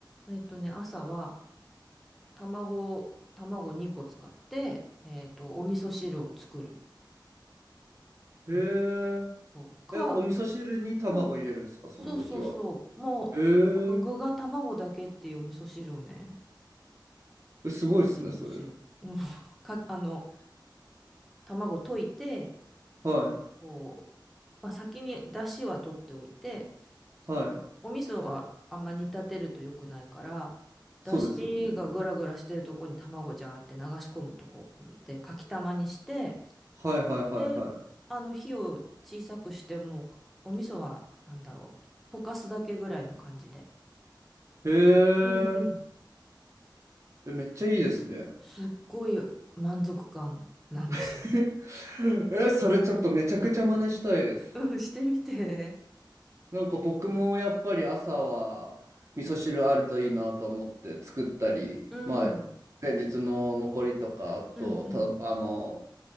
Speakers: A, in the centre; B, on the right.
A: えっとね、朝は、卵、卵2個使って、えっと、お味噌汁を作る。
B: へえ。
A: うんとか、
B: え、お味噌汁に卵入れるんですか、
A: うん。
B: その時は。
A: そうそうそう、もう、
B: えー、
A: あの具が卵だけっていうお味噌汁をね、
B: えすごいですね、
A: するんですよ。
B: それ。
A: <laughs> うんか、あの、卵溶いて、
B: はい、
A: こう、まあ、先に出汁は取っておいて、
B: はい。
A: お味噌はあんま煮立てると良くないから、
B: そうですよね。
A: 出汁がグラグラしてるとこに卵ジャーって流し込むとこでかきたまにして、
B: はい、はい、はい、
A: で、
B: は
A: あの火を小さくしてもお味噌はなんだろう溶かすだけぐらいの感じで
B: い。へえ、
A: うんうん。
B: えめっちゃいいですね。
A: すっごい満足感なんですよね。
B: <laughs> え、それちょっとめちゃくちゃ真似したいです。
A: <laughs> うん、してみて。
B: なんか僕もやっぱり朝は味噌汁あるといいなと思って作ったり、
A: うん。
B: まあ、前日の残りとか、あと、
A: うんうん。
B: た、あの、